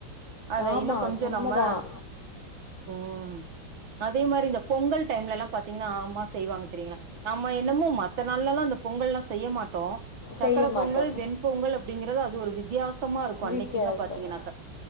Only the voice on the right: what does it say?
அத
இன்னும் கொஞ்சோ
நம்ம உஹம் அதே மாரி இந்த பொங்கல் டைம்ல எல்லா பாத்தீங்கன்னா மாச செய்வாங்க தெரியங்களா நம்ம என்னமோ மத்த நாள்ல எல்லாம அந்த பொங்கல்ல்லாம் செய்ய மாட்டோம் சக்கர
பொங்கல்
வெண்பொங்கல் அப்டிங்கற அது ஒரு வித்தியாச சும்மா இருக்கோ அன்னைகின்னு
பாத்தீங்கன்னா